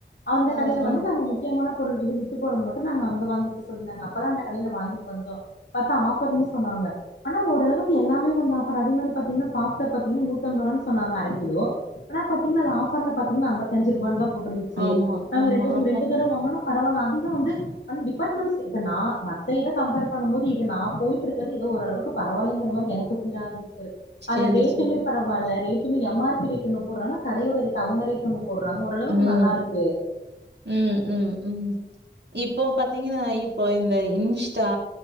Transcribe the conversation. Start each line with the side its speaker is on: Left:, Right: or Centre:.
Left: அந்த
Right: ஆ
Left: கடையில
Right: ஆ
Left: வந்து நாங்க முக்கியமான பொருள் கிளு விட்டு போனது மட்டு நாங்க அங்க வாங்கிக்க சொன்னாங்க அப்பதா அந்த கடையில வாங்கிட்டு வந்தோ பாத்தா ஆஃபர்னு சொன்னாக ங்க ஆனா ஓரளவுக்கு எல்லாமே வந்து ஆஃபர் அதே மாரி பாத்தீங்ன்னா பாஸ்தா பாத்தீங்ன்னா நூத்தம்பதுரூவா சொன்னாங்க அரை கிலோ ஆனா பாத்தீங்ன்னா ஆஃபர்ல பாத்தீங்ன்னா ஆம்பத்தஞ்சு ரூவா தா போட்டுருந்துச்சு
Right: ஆமா
Left: நாங்க
Right: ஆமா
Left: ரெண்ட்
Right: அதாங்க
Left: ரெண்டு தரவ வாங்குனோ பரவல அதிகோ வந்து அந்த டிபார்ட்மெண்ட் ஸ்ட் இப்ப நா மத்த இத கம்பேர் பண்ணும் போது இது நா போய்ட்டுருக்கது ஓரளவுக்கு பரவால்லைங்கர மாரி எனக்கு பீலாகுது ட்டு
Right: சரி
Left: அதுல ரேட்டுமே
Right: சரி
Left: பரவால்ல ரேட்டுமே எம் ஆர் பி ரேட் ன்னு போடுறாங்க கடையோட ரேட் அவங்க ரேடோன்னு போடுறாங்க போடுறாங்க ஓரளவுக்கு
Right: ம்
Left: நல்லாருக்கு
Right: ம் ம் ம் இப்போ பாத்தீங்ன்னா இப்போ இந்த இன்ஸ்டா